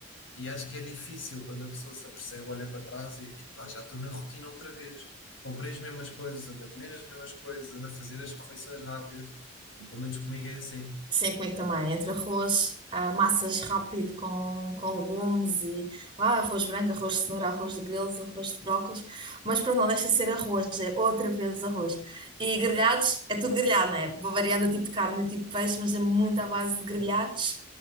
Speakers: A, on the left; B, on the right.
A: E acho que é difícil quando a pessoa se apercebe, olha para trás e epá, já estou na rotina outra vez. Comprei as mesmas coisas, ando a comer as mesmas coisas, ando a fazer as refeições rápidas. Pelo menos comigo é assim
B: Sei como é que
A: também.
B: também, entre arroz, ah, massas rápido com, com legumes e ah, arroz branco, arroz de cenoura, arroz de grelos, arroz de brócolos, mas pronto, não deixa de ser arroz, é outra vez arroz. E grelhados, é tudo grelhado, não é? Vou variando o tipo de carne e o tipo de peixe, mas é muito à base de grelhados.